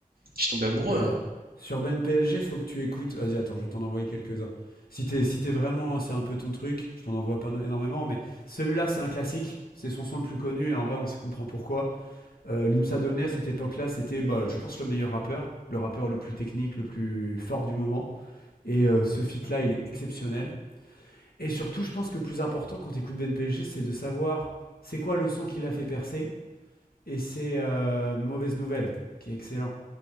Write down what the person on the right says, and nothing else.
je suis tombé amoureux,
hein.